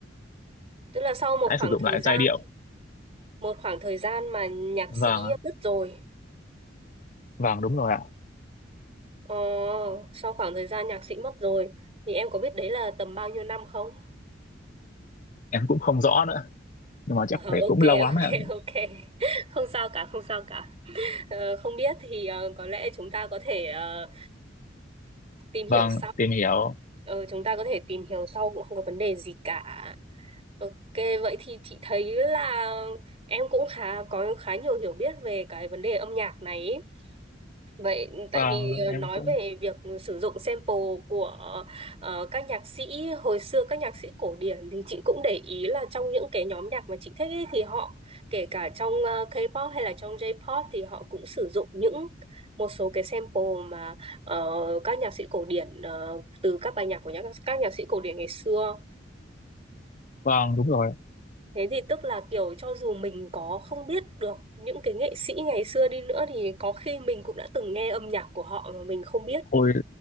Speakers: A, on the right; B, on the left.
A: tức là sau một
B: tái
A: khoảng
B: sử dụng
A: thời
B: lại
A: gian
B: giai điệu
A: một khoảng thời gian mà nhạc
B: vâng
A: sĩ mất rồi
B: vâng đúng rồi ạ
A: ờ, sau khoảng thời gian nhạc sĩ mất rồi thì em có biết đấy là tầm bao nhiêu năm không <laughs>
B: em cũng không rõ nữa nhưng mà
A: Ờ,
B: chắc phải
A: ok
B: cũng lâu
A: ok
B: lắm ạ
A: ok <laughs> không sao cả không sao cả Ờ, không biết thì ờ, có lẽ chúng ta có thể ờ, tìm hiểu
B: vâng
A: sau
B: tìm hiểu
A: Ờ, chúng ta có thể tìm hiểu sau cũng không có vấn đề gì cả. Ok, vậy thì chị thấy là em cũng khá có khá nhiều hiểu biết về cái vấn đề âm nhạc này ý. Vậy tại
B: vâng
A: vì ờ, nói
B: em cũng
A: về việc sử dụng sample của ờ, các nhạc sĩ hồi xưa các nhạc sĩ cổ điển thì chị cũng để ý là trong những cái nhóm nhạc mà chị thích ấy, thì họ kể cả trong ờ, K-pop hay là trong J-pop thì họ cũng sử dụng những một số cái sample mà ờ, các nhạc sĩ cổ điển ờ, từ các bài nhạc của nhạc, các nhạc sĩ cổ điển ngày xưa.
B: vâng đúng rồi
A: Thế thì tức là kiểu cho dù mình có không biết được những cái nghệ sĩ ngày xưa đi nữa thì có khi mình cũng đã từng nghe âm nhạc của họ mà mình không biết.
B: ôi